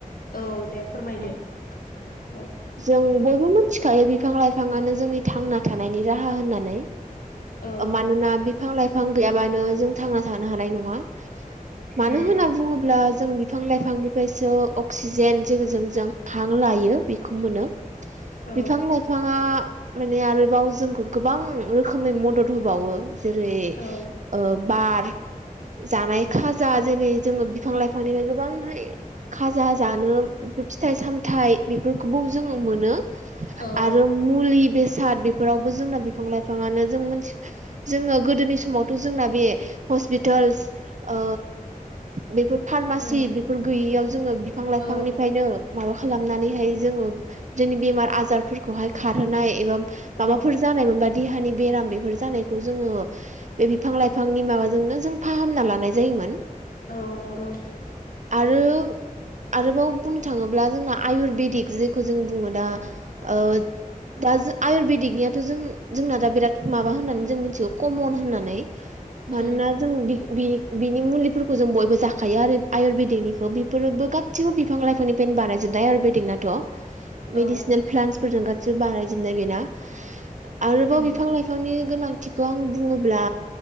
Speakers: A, on the left (about 80°); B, on the right (about 55°).
A: औ दे फोरमायदो
B: औ
A: औ
B: जों बयबो मिथिखायो बिफां लाइफाआनो जोंनि थांना थानायनि राहा होननानै
A: औ
B: ओ मानोना बिफां लाइफां गैयाबानो जों थांना थानो हानाय नङा मानो
A: उम
B: होनना बुङोब्ला जों बिफां लाइफांनिफ्रायसो अक्सिजेन जों जेजों जों हां लायो बेखौ मोनो
A: औ
B: बिफां लाइफाङा माने आरोबाव जोंखौ गोबां रोखोमै मदद होबावो। जेरै
A: औ
B: ओ बार जानाय खाजा जेरै जोङो बिफां लाइफांनिफ्राय गोबांहाय खाजा जानो फिथाइ सामथाइ बेफोरखौबो जोङो मोनो
A: औ
B: आरो मुलि बे साद बेफोरावबो जोंना बिफां लाइफाङानो जों मिथ जोङो गोदोनि समावथ' जोंना बे हस्पिटाल्स ओ बेफोर फारमासि
A: उम
B: बेफोर गैयियाव जोङो बिफां लाइफांनिफ्रायनो
A: औ
B: माबा खालामनानैहाय जोंनि बेमार आजारफोरखौहाय खारहोनाय एबा माबाफोर
A: औ
B: जानायमोनबा देहानि बेराम बेफोर जानायखौ जोङो बे बिफां लाइफांनि माबाजोंनो जों फाहामना लानाय जायोमोन।
A: औ नंगौ।
B: आरो आरोबाव बुंनो थाङोब्ला जोंना आयुरवेदिक जेखौ जों बुङो दा ओ दा जों आयुर्वेदिकनियाथ' जों जोंना दा बिराद माबा होननानै जों मिथिगौ कमन होननानै मानोना
A: उम
B: जों बिनि मुलिफोरखौ जों बयबो जाखायो आरो आयुरवेदिकनिखौ बेफोरबो गासिबो बिफां लाइफांनिफ्रायनो बानायजोबनाय आयुर्वेदिकनाथ'। मेडिसिनेल
A: औ
B: प्लान्सफोरजों गाससिबो बानायजोबनाय बेना। आरोबाव
A: उम
B: बिफां लाइफांनि गोनांथिखौ आं बुङोब्ला